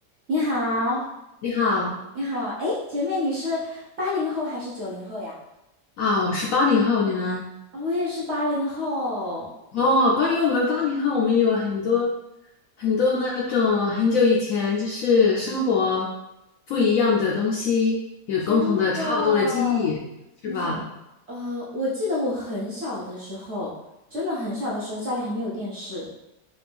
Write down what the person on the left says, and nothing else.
你好
啊，我是八零后，你呢？
哦，关于我们八零后，我们有很多很多那种很久以前就是生活不一样的东西，有共同的差不多的记忆，
是吧？